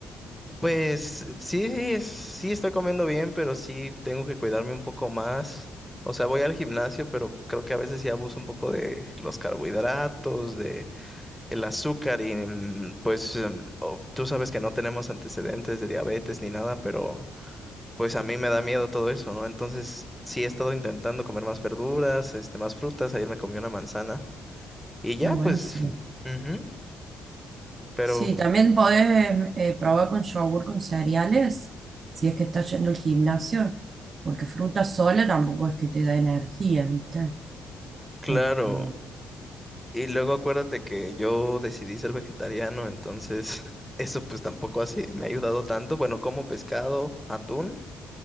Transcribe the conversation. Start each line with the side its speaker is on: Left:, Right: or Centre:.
Centre: Pues sí, sí, es- sí estoy comiendo bien, pero sí tengo que cuidarme un poco más. O sea, voy al gimnasio, pero creo que a veces sí abuso un poco de los carbohidratos, el azúcar y mm, pues mm, o- tú sabes que no tenemos antecedentes de diabetes ni nada, pero pues a mí me da miedo todo eso, ¿no? Entonces sí he estado intentando comer más verduras, este, más frutas, ayer me comí una manzana y ya
Right: no, buenísimo.
Centre: pues, ujú, pero
Right: Sí, también podés eh, probar con yogur con cereales, si es que estás yendo al gimnasio, porque fruta sola tampoco es que te da energía, ¿viste?
Centre: claro,
Right: Este,
Centre: y luego acuérdate que yo decidí ser vegetariano, entonces <laughs> eso pues tampoco así me ha ayudado tanto, bueno, como pescado, atún.